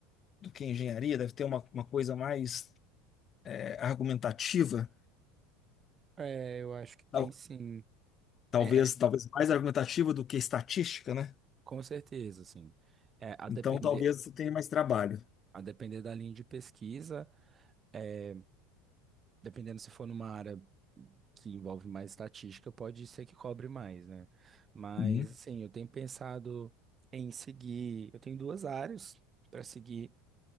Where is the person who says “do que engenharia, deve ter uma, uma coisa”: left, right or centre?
Left